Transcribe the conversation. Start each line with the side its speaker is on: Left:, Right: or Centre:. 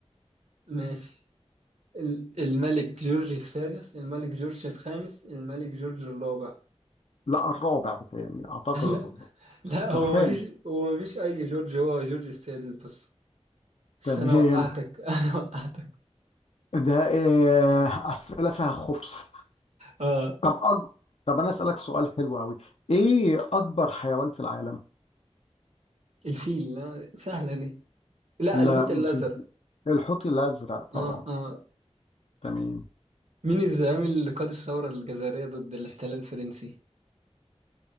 Right: ماشي ال- الملك جورج السادس الملك جورج الخامس الملك جورج الرابع <laughs>
Left: لا الرابع بتاعي أعتقد
Right: لا
Left: الرابع
Right: لا هو
Left: الخامس
Right: مفيش هو مفيش أي جورج هو جورج السادس بس بس
Left: تمام
Right: أنا وقعتك
Left: <laughs>
Right: <laughs> أنا وقعتك
Left: ده آه أسئلة فيها خبز
Right: آه
Left: طب أج... طب انا اسالك سؤال حلو قوي ايه اكبر حيوان في العالم
Right: الفيل لا سهلة دي لا
Left: لا
Right: الحوت
Left: مش
Right: الأزرق
Left: الحوت الازرق طبعا
Right: آه آه
Left: تمام
Right: مين الزعيم اللي قاد الثورة الجزائرية ضد الاحتلال الفرنسي؟